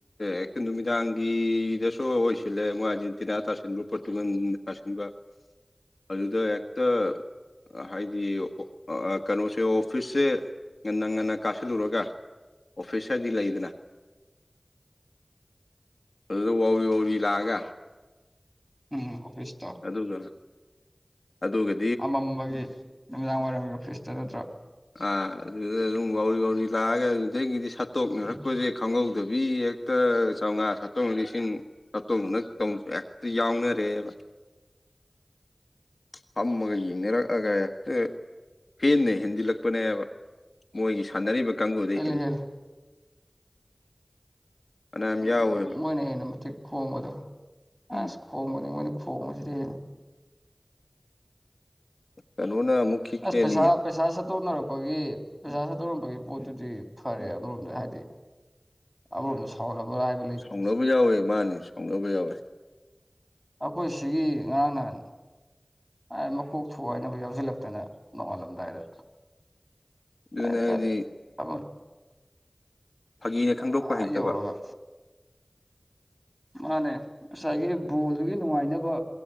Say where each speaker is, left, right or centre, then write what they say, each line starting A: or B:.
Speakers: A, on the left; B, in the centre.
A: ꯑꯦꯛ ꯅꯨꯃꯤꯗꯥꯡꯒꯤꯗꯁꯨ ꯑꯣꯏꯁꯤꯜꯂꯦ ꯃꯣꯏ ꯑꯥꯔꯖꯦꯟꯇꯤꯅꯥ ꯇꯥꯁꯤꯟꯕ ꯄꯣꯔꯇꯨꯒꯥꯟ ꯇꯥꯁꯤꯟꯕ ꯑꯗꯨꯗ ꯍ‌ꯦꯛꯇ ꯍꯥꯏꯗꯤ ꯑꯣ ꯑꯥ ꯀꯩꯅꯣꯁꯦ ꯑꯣꯐꯤꯁꯁꯦ ꯉꯟꯅ ꯉꯟꯅ ꯀꯥꯁꯤꯜꯂꯨꯔꯒ ꯑꯣꯐꯤꯁ ꯗꯒꯤ ꯂꯩꯗꯅ ꯑꯗꯨꯗꯥ ꯋꯥꯎꯔꯤ ꯋꯥꯎꯔꯤ ꯂꯥꯛꯑꯒ
B: ꯎꯝ ꯑꯣꯐꯤꯁꯇ
A: ꯑꯗꯨꯒ ꯑꯗꯨꯒ
B: ꯑꯃꯝꯕꯒꯤ ꯅꯨꯃꯤꯗꯥꯡ ꯋꯥꯏꯔꯝꯒꯤ ꯑꯣꯐꯤꯁꯇ ꯅꯠꯇ꯭ꯔꯣ
A: ꯑꯥ ꯑꯗꯨꯗ ꯑꯗꯨꯝ ꯋꯥꯎꯔꯤ ꯋꯥꯎꯔꯤ ꯂꯥꯛꯑꯒ ꯑꯗꯨꯗꯒꯤꯗꯤ ꯁꯠꯇꯣꯛꯅꯔꯛꯄꯖ‌ꯦ
B: ꯎꯝ
A: ꯈꯪꯍꯧꯗꯕꯤ ꯍ‌ꯦꯛ ꯇ ꯆꯧꯉꯥ ꯁꯠꯇꯣꯛ ꯂꯤꯁꯤꯡ ꯁꯠꯇꯣꯡꯅꯥ ꯇꯧ ꯍꯦꯛꯇ ꯌꯥꯎꯅꯔꯦꯑꯦꯕꯥ <inaudible> ꯐꯝꯃꯒ ꯌꯦꯡꯅꯔꯛꯑꯒ ꯍ‌ꯦꯛ ꯍꯦꯟꯅ ꯍꯦꯟꯖꯤꯜꯂꯛ ꯄꯅꯦꯕꯥ ꯃꯣꯏꯒꯤ ꯁꯥꯟꯅꯔꯤꯕ ꯀꯥꯡꯕꯨꯗ
B: ꯍꯦꯜꯂꯤ
A: ꯍꯦꯟꯖꯤ
B: ꯍꯦꯜꯂꯤ
A: ꯐꯅꯌꯥꯝ
B: ꯎꯝ
A: ꯌꯥꯎꯋꯦꯕ
B: ꯃꯣꯏꯅ ꯍ‌ꯦꯟꯅ ꯃꯇꯤꯛ ꯈꯣꯡꯕꯗꯣ
A: ꯎꯝ
B: ꯑꯁ ꯈꯣꯡꯕꯅꯦ ꯃꯣꯏꯅ ꯈꯣꯡꯕꯁꯤꯗꯤ ꯍꯦꯟꯅ
A: ꯀꯩꯅꯣꯅꯥ ꯃꯨꯛ ꯈꯤꯛ
B: ꯑꯁ
A: ꯍ‌ꯦꯜꯂꯤꯌ‌ꯦ
B: ꯄꯩꯁꯥ ꯄꯩꯁꯥ ꯁꯠꯇꯣꯛꯅꯔꯛꯄꯒꯤ ꯄꯩꯁꯥ ꯁꯠꯇꯣꯛꯅꯔꯛꯄꯒꯤ ꯄꯣꯠꯇꯨꯗꯤ ꯐꯔꯦ ꯑꯃꯔꯣꯝꯗ ꯍꯥꯏꯗꯤ ꯑꯝꯔ‌ꯣꯝꯗꯥ ꯁꯥꯎꯅꯕꯩ ꯍꯥꯏꯗꯤ
A: ꯁꯥꯎꯅꯕ ꯌꯥꯎꯋꯦ ꯃꯥꯅꯤ ꯁꯥꯎꯅꯕ ꯌꯥꯎꯋꯦ
B: ꯑꯈꯣꯏ ꯁꯤꯒꯤ ꯉꯔꯥꯡ ꯅꯥꯍꯟ ꯑꯥ ꯃꯀꯣꯛ ꯊꯨꯒꯥꯏꯅꯕ ꯌꯥꯎꯁꯤꯜꯂꯛꯇꯅ ꯅꯣꯡꯉꯥꯜꯂꯝꯗꯥꯏꯗ
A: ꯗꯨꯅꯦ
B: ꯍꯦꯛꯇ
A: ꯍꯥꯏꯗꯤ
B: <unintelligible>
A: ꯐꯥꯒꯤꯅ ꯈꯪꯗꯣꯛꯄ
B: ꯑꯥ
A: ꯍꯩꯇꯕ
B: ꯌꯧꯔꯒꯥ ꯃꯥꯅꯦ ꯉꯁꯥꯏꯒꯤ ꯕꯣꯜꯗꯨꯒꯤ ꯅꯨꯡꯉꯥꯏꯅꯕ